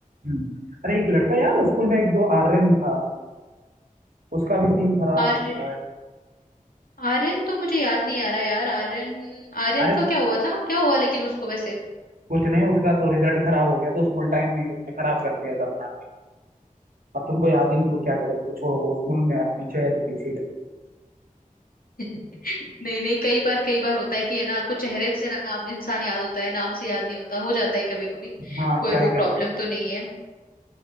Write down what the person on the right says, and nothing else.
हम्म। अरे एक लड़का याद है स्कूल में एक जो आर्यन था उसका भी सीन खराब
चल रहा है
अरे
कुछ नहीं उसका तो रिजल्ट खराब हो गया तो स्कूल टाइम में ही उसने खराब कर लिया था अपना अब तुमको याद ही नहीं तो क्या करें उसको छोड़ो वो स्कूल में आप पीछे है तो पीछे ही रहे
हाँ आप
क्या ही
कर
सकते